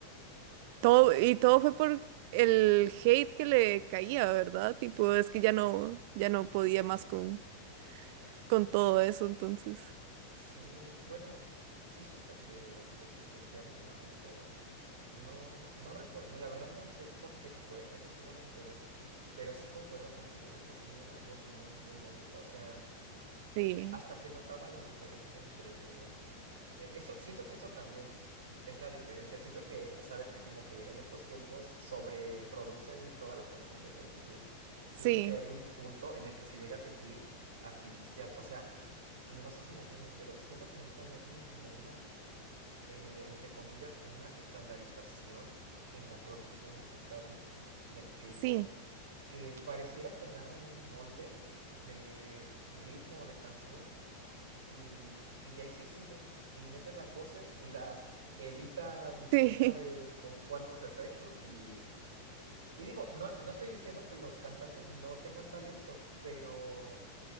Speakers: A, on the right (about 45°); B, on the right (about 65°).
A: todo,
B: Sí,
A: y todo fue por el hate que le caía, ¿verdad? Tipo, es que ya no, ya no podía más con, con todo eso, entonces.
B: Sí, bueno, sí supe que de que se sentía muy mal y todo. No, no recuerdo, la verdad no sé por qué fue, eso sí no me enteré, pero sí concuerdo contigo de que tenía una voz muy, muy bonita. O sea,
A: Sí.
B: hasta se notaba la diferencia entre el, eso, siento que eso también es la diferencia. Siento que, sabes que como que en estos tiempos sobreproducen todas las canciones, entonces siento
A: Sí,
B: que hay un punto en el que se llega a sentir artificial. O sea, no sé si me entiendas, pero siento que ahorita ya tienen como una, eh, entre comillas, una estandarización en la producción musical del K-pop
A: sí,
B: que pareciera que agarran un molde de ritmo o de canción y, y de ahí se siguen y meten las voces y las editan quién
A: sí,
B: sabe
A: <laughs>
B: con cuántos efectos y... Y digo, no, no estoy diciendo que los cantantes no tengan talento, pero